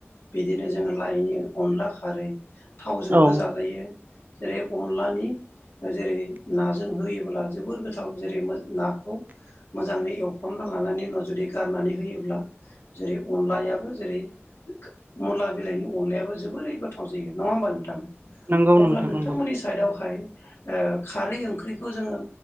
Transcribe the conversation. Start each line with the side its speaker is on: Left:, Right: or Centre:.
Left: बिदिनो जोङो लायनि अनला खारै थावजोंबो
Right: औ
Left: जाजायो जेरै अनलानि जेरै नाजों होयोब्ला जोबोर गोथाव जेरै मोज नाखौ मोजाङै एवफ्रामना लानानै उनाव जुदि गारनानै होयोब्ला जेरै अनलायाबो जेरै मुला बिलाइनि अनलायाबो जो बोरै गोथाव जायो नङा होमबा नोंथां
Right: नंगौ
Left: अब्ला
Right: नोंथां
Left: नोंथांमोननि
Right: नंगौ
Left: साइडआवहाय ओ खारै ओंख्रिखौ जोङो